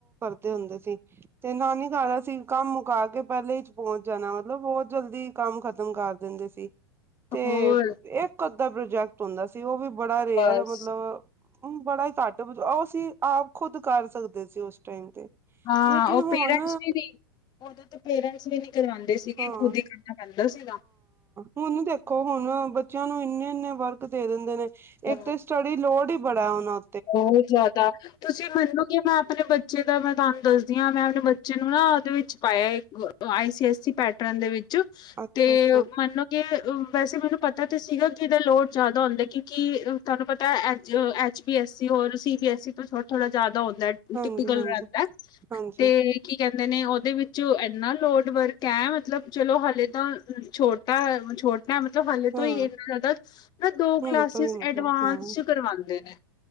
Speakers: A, on the right; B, on the left.
A: ਦੇ ਹੁੰਦੇ ਸੀ, ਤੇ ਨਾਨੀ ਘਰ ਅਸੀ ਕੰਮ ਮੁਕਾ ਕੇ ਪੈਲੇ ਈਚ ਪੋਂਚ ਜਾਨਾ ਮਤਲਬ ਬੋਤ ਜਲਦੀ ਕੰਮ ਖ਼ਤਮ ਕਰ ਦੇਂਦੇ ਸੀ। ਤੇ
B: ਹੋਰ
A: ਏਕ-ਅੱਧਾ ਪ੍ਰੋਜੈਕਟ ਹੁੰਦਾ ਸੀ ਓ ਵੀ ਬੜਾ ਰੇਅਰ
B: ਬਸ।
A: ਮਤ ਬ ਬੜਾ ਈ ਘੱਟ ਓ ਅਸੀ ਆਪ ਖੁੱਦ ਕਰ ਸਕਦੇ ਸੀ ਉਸ ਟਾਈਮ ਤੇ।
B: ਹਾਂ,
A: ਲੇਕਿਨ
B: ਓ
A: ਹੁਣ
B: ਪੇਰੈਂਟਸ ਦੀ ਨੀ ਉਦੋ ਤੇ ਪੇਰੈਂਟਸ ਵੀ ਨੀ ਕਰਵਾਂਦੇ
A: ਹਾਂ
B: ਸੀਗੇ, ਖੁੱਦ ਈ ਕਰਨਾ ਪੈਂਦਾ ਸੀਗਾ।
A: ਹੁਨ ਦੇਖੋ ਹੁਨ ਬੱਚੇਆਂ ਨੂੰ ਇੰਨੇ-ਇੰਨੇ ਵਰਕ ਦੇ ਦੇਂਦੇ ਨੇ,
B: ਹਾਂ।
A: ਇੱਕ ਤੇ ਸਟੱਡੀ ਲੋਡ ਈ ਬੜਾ ਏ ਓਨਾਂ
B: ਬਹੁਤ ਜ਼ਾਦਾ, ਤੁਸੀ ਮਨੋ ਗੇ ਮੈ ਆਪਨੇ ਬੱਚੇ ਦਾ ਮੈ ਤਾਨ ਦੱਸਦੀ ਆਂ ਮੈਂ ਆਪਣੇ ਬੱਚੇ ਨੂੰ ਨਾ ਓਦੇ ਵਿੱਚ ਪਾਏਐ ਇੱਕ ਓ ਆਈ- ਸੀ -ਐਸ- ਸੀ ਪੈਟਰਨ ਦੇ ਵਿੱਚ।
A: ਅੱਛਾ-ਅੱਛਾ,
B: ਤੇ ਮੰਨੋਗੇ ਵੈਸੇ ਮੈਨੂੰ ਪਤਾ ਤੇ ਸੀਗਾ ਕਿ ਇਦਾ ਲੋਡ ਜਾਦਾ ਹੁੰਦਾ ਕਿ ਕਿ ਤਾਨੂੰ ਪਤੈ ਐਂਜ ਐਚ ਬੀ- ਐਸ ਸੀ ਹੋਰ ਸੀ ਬੀ ਐਸ ਸੀ ਤੋਂ ਥੋੜਾ-ਥੋੜਾ ਜਾਦਾ ਹੁੰਦੈ।
A: ਹਾਂਜੀ-ਹਾਂਜੀ,
B: ਟਿਪੀਕਲ ਰੈਂਦੈ,
A: ਹਾਂਜੀ ਹਾਂਜੀ
B: ਤੇ
A: ਹਾਂਜੀ
B: ਕੀ ਕੈਂਦੇ ਨੇ ਓਦੇ ਵਿੱਚ, ਐਨਾ ਲੋਡ ਵਰਕ ਐ ਮਤਲਬ ਚਲੋ ਹਲੇ ਤਾਂ, ਛੋਟਾ-ਛੋਟ ਮਤਲਬ ਹਾਲੇ
A: ਹਾਂ
B: ਤੋ ਈ ਨਾ ਜ਼ਦਾ ਦੋ
A: ਹੁਣ
B: ਕਲਾਸਿਸ
A: ਤੋਂ ਹੀ ਮਤਲਬ
B: ਐਡਵਾਂਸ'ਚ
A: ਹਾਂ,
B: ਕਰਵਾਂਦੇ ਨੇ।